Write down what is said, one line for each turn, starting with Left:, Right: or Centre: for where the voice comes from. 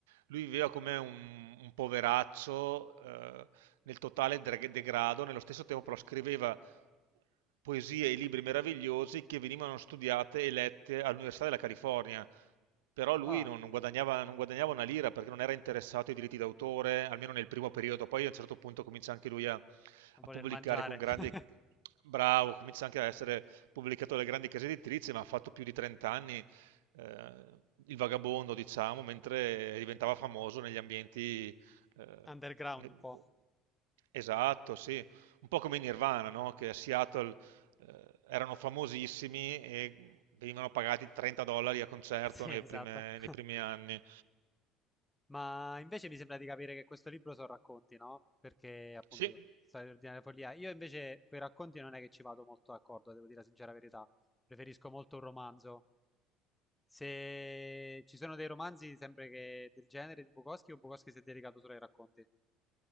Right: lui viveva come un, un poveraccio eh, nel totale dre- degrado, nello stesso tempo però scriveva poesie e libri meravigliosi che venivano studiate e lette all'Università della California però lui
Left: Ah,
Right: non, non guadagnava, non guadagnava una lira perché non era interessato ai diritti d'autore, almeno nel primo periodo. Poi a un certo punto comincia anche lui a, a
Left: a voler
Right: pubblicare
Left: mangiare.
Right: con grande...
Left: <laughs>
Right: Bravo, comincia anche a essere pubblicato dalle grandi case editrici, ma ha fatto più di 30 anni eh, il vagabondo, diciamo, mentre diventava famoso negli ambienti... eh,
Left: Underground
Right: le-
Left: un po'.
Right: Esatto, sì. Un po' come i Nirvana, no? Che a Seattle eh, erano famosissimi e venivano pagati 30 dollari a concerto
Left: Sì,
Right: nei
Left: esatto.
Right: prime-
Left: <laughs>
Right: nei primi anni.
Left: Ma invece mi sembra di capire che questo libro sono racconti, no? Perché appunto
Right: Sì,
Left: storia ordinaria follia. Io invece quei racconti non è che ci vado molto d'accordo, devo dire la sincera verità. Preferisco molto un romanzo. Se ci sono dei romanzi sempre che del genere di Bukowski o Bukowski si è dedicato solo ai racconti?